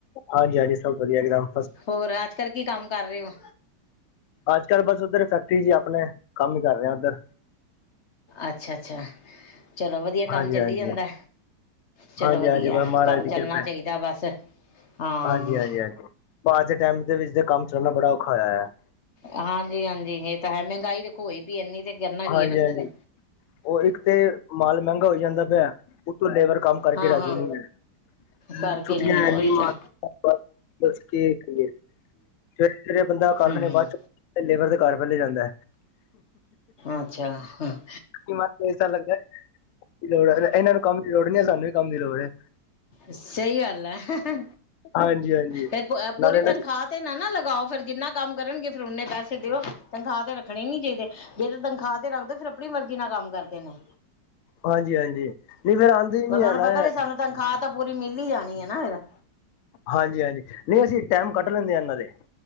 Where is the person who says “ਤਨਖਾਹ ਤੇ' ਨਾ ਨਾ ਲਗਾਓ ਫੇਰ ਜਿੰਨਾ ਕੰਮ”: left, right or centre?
Left